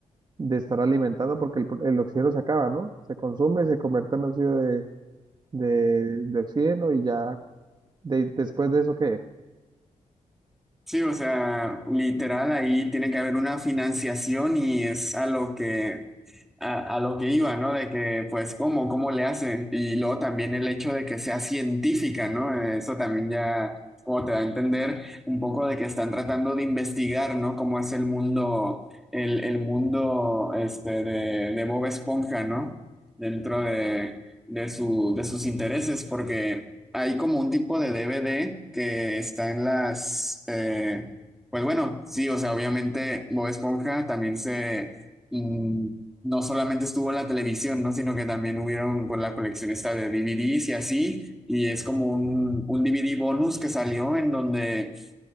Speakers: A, on the right (about 35°); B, in the centre.
A: de estar alimentando? Porque el, pro- el oxígeno se acaba, ¿no? Se consume, se convierte en óxido de, de, de oxígeno y ya de- después de eso, ¿qué?
B: Sí, o sea, literal ahí tiene que haber una financiación y es a lo que a, a lo que iba, ¿no? De que pues cómo cómo le hacen y luego también el hecho de que sea científica, ¿no? Eso también ya como te da a entender un poco de que están tratando de investigar, ¿no? Cómo es el mundo el, el mundo este de, de Bob Esponja, ¿no? Dentro de de su de sus intereses porque hay como un tipo de DVD que está en las, eh, pues bueno, sí, o sea, obviamente Bob Esponja también se, mm, no solamente estuvo en la televisión, ¿no? Sino que también hubieron por la colección esta de DVDs y así, y es como un, un DVD bonus que salió en donde